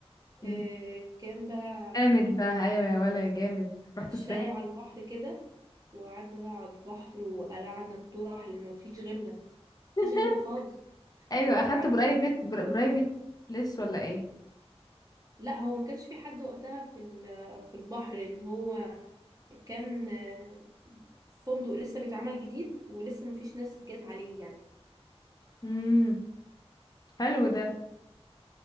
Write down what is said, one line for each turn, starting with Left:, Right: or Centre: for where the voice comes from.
Left: مم.
Right: آه كان بقى
Left: جامد
Right: في
Left: بقى ايوه يا ولا يا جامد رحت
Right: شاليه
Left: الساحل
Right: على البحر كده وقعدنا بقى على البحر وقلعنا الطرح لان مفيش غيرنا
Left: <laughs>
Right: مفيش غيرنا خالص
Left: ايوه
Right: وقعدنا
Left: اخدت برايفت
Right: و...
Left: بر-
Right: يعني
Left: برايفت بليس ولا ايه
Right: لا هو ما كانش في حد وقتها في ال- في البحر ان هو كان آه، فندق لسه بيتعمل جديد ولسه مفيش ناس جت عليه يعني
Left: امم حلو ده